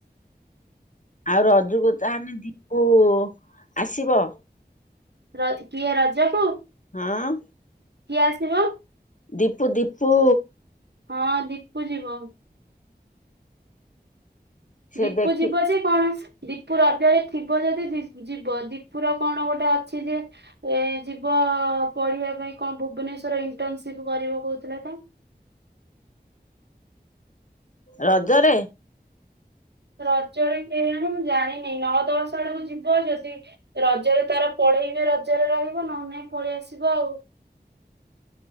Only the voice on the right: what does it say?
ର କିଏ ରଜକୁ?
କିଏ ଆସିବ?
ହଁ ଦୀପୁ ଯିବ।
ଦୀପୁ
ଯିବ ଯେ କଣ ସ୍ ଦୀ ଦୀପୁ ରଜରେ ଥିବ ଯଦି ଯିବ, ଦୀପୁର କଣ ଗୋଟେ ଅଛି ଯେ ଏ ଯିବ ପଢିବା ପାଇଁ କଣ ଭୁବନେଶ୍ଵର ଇଣ୍ଟରନସିପ୍ କରିବ କହୁଥିଲା ତ।
ରଜରେ କେଆଣି ମୁଁ ଜାଣିନି ନଅ ଦଶ ଆଡୁକୁ ଯିବ ଯଦି ରଜରେ ତାର ପଢେଇବେ ରଜରେ ରହିବ, ନହେଲେ ନାଇଁ ପଳେଇ ଆସିବ ଆଉ।